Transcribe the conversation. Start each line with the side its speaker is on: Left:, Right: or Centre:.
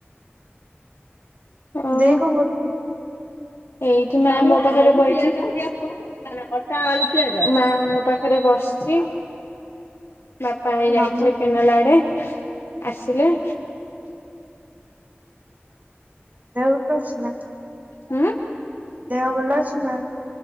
Left: ଆଉ
Right: ଦେଇ କଁ କରୁଚି?
Left: ଏଇଠି ମା ମୋ ପାଖରେ ବଇଚନ୍ତି <unintelligible> ମା ମୋ ପାଖରେ ବସଚି। ବାପା ହେଇ ଯାଇଥିଲେ
Right: ମାମା
Left: କେନାଲ ଆଡେ ଆସିଲେ।
Right: ଦେହ ଭଲ ଅଛି ନା?
Left: ଉଁ
Right: ଦେହ ଭଲ ଅଛି ନା?